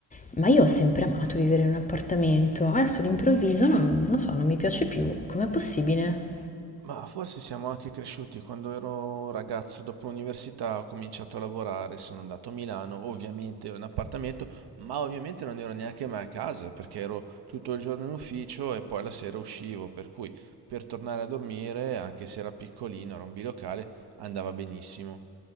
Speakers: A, on the left; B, on the right.
A: ma io ho sempre amato vivere in un appartamento. Adesso all'improvviso non, non lo so, non mi piace più. Com'è possibile?
B: Ma forse siamo anche cresciuti. Quando ero un ragazzo, dopo l'università, ho cominciato a lavorare, sono andato a Milano, ovviamente ero in appartamento, ma ovviamente non ero neanche mai a casa perché ero tutto il giorno in ufficio e poi la sera uscivo, per cui per tornare a dormire, anche se era piccolino, era un bilocale, andava benissimo.